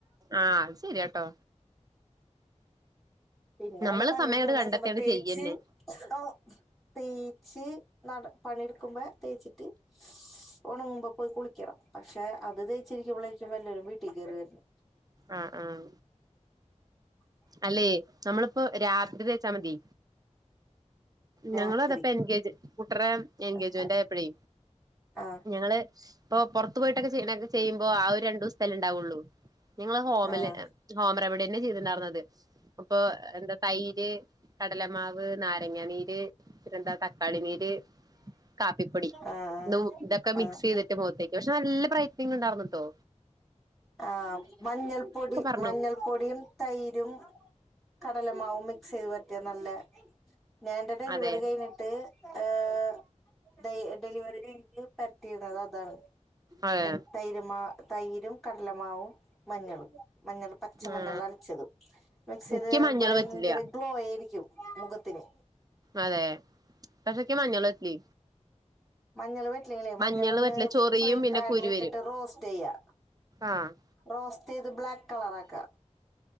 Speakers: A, on the right (about 30°); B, in the centre.
A: ആഹ് ശരിയാട്ടോ
B: പിന്നെ
A: നമ്മള്
B: വല്ല പണി
A: സമയങ്ങട്
B: എടുത്തൊണ്ടടക്കുമ്പോ
A: കണ്ടെത്തിയങ്ങട്
B: തേച്ച്
A: ചെയ്യന്നെ
B: ഓഹ് തേച്ച് നട പണെടുക്കുമ്പോ തേച്ചിട്ട് ഉണങ്ങുമ്പോ പോയി കുളിക് ക്ക്ണം പക്ഷെ അത് തേച്ചിരിക്കുമ്പോളാരിക്കും വല്ലരും വീട്ടിൽ കയറിരുന്നെ
A: ആഹ് ആഹ് അല്ലേ നമ്മളപ്പൊ രാത്രി തേച്ചാ മതി
B: രാത്രി
A: ഞങ്ങള അതപ്പ എൻഗേജ് കുട്ടറ എൻഗേജ്മെന്റ്
B: ആഹ്
A: ആയപ്പഴെ
B: ആഹ്
A: ഞങ്ങള് ഇപ്പൊ പുറത്തു പോയിട്ടൊക്കെ ചെയണക്കെ ചെയ്യുമ്പോ ആ ഒരു രണ്ടുസലേ ഉണ്ടാവുള്ളൂ നിങ്ങള് ഹോമില്
B: ആഹ്
A: ഹോം റെമഡി തന്നെ ചെയ്തിട്ടണ്ടായിരുന്നത് അപ്പൊ എന്താ തൈര് കടലമാവ് നാരങ്ങ നീര് പിന്നെന്താ തക്കാളി നീര് കാപ്പിപ്പൊടി
B: ആഹ് ആഹ്
A: ഇതൊക്കെ മിക്സ്
B: ആഹ്
A: ചെയ്തിട്ട് ട്ട് മുഖത്തേക്ക് പക്ഷെ നല്ല ബ്രയിറ്റനിങ് ഉണ്ടായിർന്നട്ടോ
B: ആഹ് മഞ്ഞൾപ്പൊടി
A: പറഞ്ഞു
B: മഞ്ഞൾ പ്പൊടിയും തൈരും കടലമാവവും മിക്സ് ചെയ്ത് പരട്ടിയ നല്ല ഞാനെന്റെ ഡെലിവറി
A: അതെ
B: കഴിഞ്ഞിട്ട് ഏഹ് ഡെ ഡെലിവറി കഴിഞ്ഞിട്ട് പരട്ടിയത് അതാണ്
A: അതെ
B: എ തൈര്മാ തൈരും കടലമാവും മഞ്ഞളും മഞ്ഞൾ പച്ച
A: ആ
B: മഞ്ഞളരച്ചതും മിക്സ് ചെയ്താ
A: എനിക്ക് മഞ്ഞള്
B: ഭയങ്കര
A: പറ്റില്ല
B: ഗ്ലോ ആയിരിക്കും മുഖത്തിന്
A: അതെ പക്ഷേക്ക് മഞ്ഞള് <unintelligible>
B: മഞ്ഞള് പറ്റില്ലേലെ മഞ്ഞളോന്ന്
A: മഞ്ഞള് പറ്റില്ല ചൊറിയും
B: ഫ്രൈ
A: പിന്നെ
B: പാനിലിട്ടിട്ട്
A: കുരു വരും
B: റോസ്റ്റെയ്യാ
A: ആഹ്
B: റോസ്റ്റൈയ്ത് ബ്ലാക്ക് കളറാക്കാ